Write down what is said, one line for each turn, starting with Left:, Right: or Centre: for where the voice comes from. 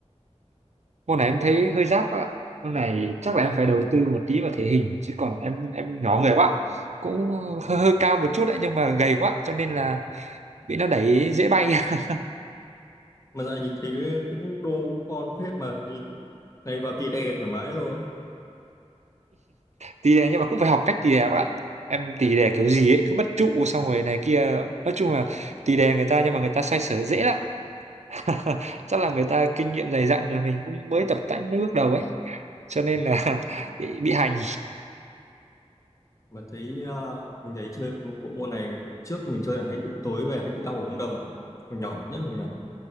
Right: môn này em thấy hơi rát quá ạ. Môn này chắc là em
Left: ừ.
Right: phải đầu tư một tí vào thể hình, chứ còn em em nhỏ người quá. Cũng
Left: đúng
Right: hơi,
Left: rồi.
Right: hơi cao một chút đấy, nhưng mà gầy quá, cho nên là bị nó đẩy dễ bay. <laughs>
Left: mà dạo nhìn thấy cũng đô con phết mà nhìn này vào tì đè thoải mái rồi
Right: Tì đè nhưng mà cũng phải học cách tì đè các bạn. Em tì đè kiểu gì ấy, cứ bất trụ xong rồi này kia. Nói chung là tì đè người ta nhưng mà người ta xoay sở dễ lắm <laughs> chắc là người ta kinh nghiệm dày dặn rồi mình cũng mới tập tành mới bước đầu ấy cho nên là <laughs> bị bị hành
Left: mà thấy ờ, mình thấy chơi bộ môn này hồi trước mình chơi là hay bị tối về hay bị đau ống đồng á. hồi nhỏ nhất là hồi nhỏ